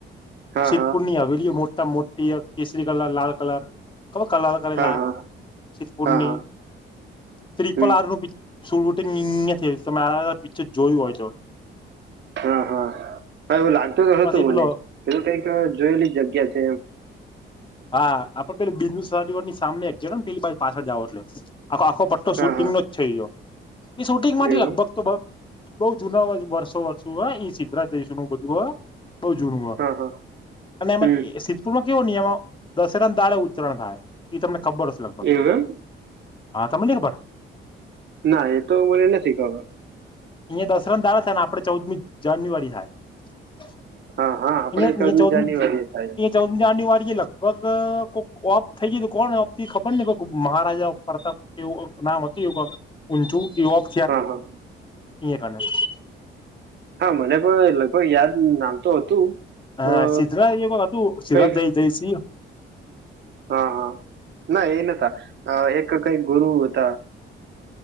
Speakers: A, on the right; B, on the left.
A: હા
B: સતપૂરની
A: હા
B: હવેલીઓ મોટા મોટ પય તીસરી કલર લાલ કલર ખબર કલર કરેલા
A: હા હા
B: શપુની
A: હા હા
B: ત્રિપલારનું
A: હમ
B: પ શૂટુટિંગ યા થઈ તમે આરા બધા પિક્ચર જોયું હોય છો
A: હા હા હા એવું લાગતું તોતું
B: પછી
A: મને
B: પેલો
A: એ કઈક જોયેલી જગ્યા છે એમ
B: હા આપડે પે બિુ સર ની સામને એક ગ ને પેલી પાછ પાછળ જાાવ એટલે આો આખો પટ્ટો
A: હા
B: શૂટિંગ
A: હા
B: નો જ થઈ જો એ શૂટિંગ માટે
A: એવું
B: લગભગ તો બઉ જુના વર્ષો વર્ષુ હ ઈ સીધરાા જઈશું નું બધું હા બઉ જૂનું
A: એમ હા હા
B: અને એમાં
A: હમ
B: સિદ્ધપુરમાં કેવો નહી એમાં દશેરાને દાળે ઉચ્રણ થાય ઈ તમને ખબર હ છે લગભગ
A: એવું એમ
B: હા તમને નઈ ખબર
A: ના એ તો મને નથી શીખવા
B: અહિયાયા દસરા તાાર છે ને આપડે ચૌદમી જાન્યુઆરી થાય
A: હા હા આપડે
B: અ
A: ચૌદમી
B: ચૌદમીયા
A: જાન્યુઆરી થાય છે.
B: ચૌદમી જની વાળી અલગ લગભગ કોઈ ઓપ થઈ ગય કોણ ઓપ થી ખબર કોઈ મહારાજા પ્રતાપ એવું નામ હતું ઊંચુ યુપ
A: હા હા
B: ક
A: હા મને પણ લગભગ યાદ નામ તો હતું
B: હા
A: અ
B: સીધરા એ વાત હતું સીધા
A: કઈક
B: જઈ જઈશ
A: હા હા ના એ નતા એક કઈ ગુરુ હતા